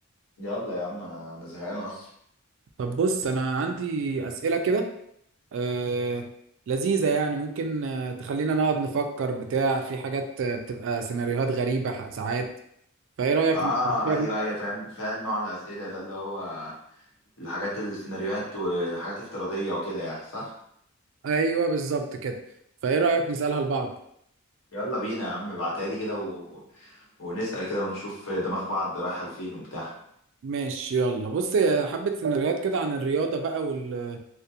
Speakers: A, on the left (about 65°); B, on the right (about 60°).
A: يلا يا عم انا انا زهقان اصلا
B: طب بص انا عندي أسئلة كده آه... لذيذة يعني ممكن آه، تخلينا نقعد نفكر بتاع في حاجات آه، بتبقى سيناريوهات غريبة ح- ساعات فايه رأيك
A: اه
B: نجرب-
A: ايوه ايوه فاهم فاهم نوع الاسئله ده اللي هو الحاجات السيناريوهات والحاجات الافتراضيه وكده يعني صح
B: ايوه بالظبط كده فايه رأيك نسألها لبعض
A: يلا بينا يا عم ابعتها لي كده و... ونسال كده ونشوف دماغ بعض رايحه لفين وبتاع
B: ماشي يلا بص حبة سيناريوهات كده عن الرياضة بقى وال-